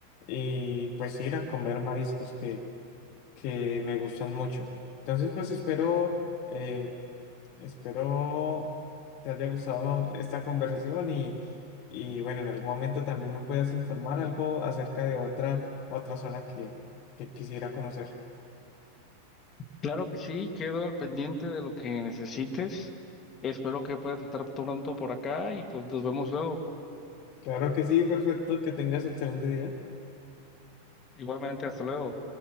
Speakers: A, on the left; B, on the left.
A: y pues ir a comer mariscos que que me gustan mucho. Entonces, pues espero, eh, espero te haya gustado esta conversación y, y bueno, en algún momento también me puedas informar algo acerca de otra, otra zona que, que quisiera conocer.
B: Claro que sí, quedo al pendiente de lo que necesites. Espero que puedas estar pronto por acá y pues nos vemos luego.
A: Claro que sí, perfecto, que tengas excelente día.
B: Igualmente, hasta luego.